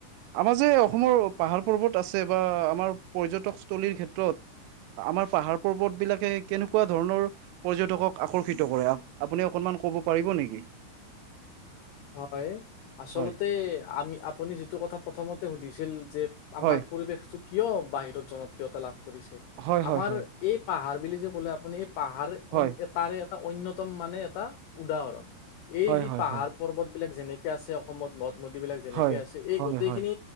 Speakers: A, on the right; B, on the left.
A: আমাৰ যে অসমৰ পাহাৰ পৰ্বত আছে বা আমাৰ পৰ্যটকস্থলীৰ ক্ষেত্ৰত আমাৰ পাহাৰ পৰ্বত বিলাকে কেনেকুৱা ধৰণৰ পৰ্যটকক আকৰ্ষিত কৰে আপুনি অকনমান কব পাৰিব নেকি
B: হয় আচলতে
A: হয়
B: আমি আপুনি যিটো কথা প্ৰথমতে সুধিছিল যে আমাৰ
A: হয়
B: পৰিৱেশটো কিয় বাহিৰত জনপ্ৰিয়তা লাভ কৰিছে
A: হয় হয়
B: আমাৰ
A: হয়
B: এই পাহাৰ বুলি যে ক'লে আপুনি এই পাহাৰ
A: হয়
B: তাৰে এটা অনন্য়তম মানে এটা উদাহৰণ এই
A: হয়
B: যি
A: হয়
B: পাহাৰ
A: হয়
B: পৰ্বতবলাক যেনেকে আছে অসমত নদ নদী বিলাক যেনেকে
A: হয়
B: আছে এই
A: হয়
B: গোটেইখিনি
A: হয়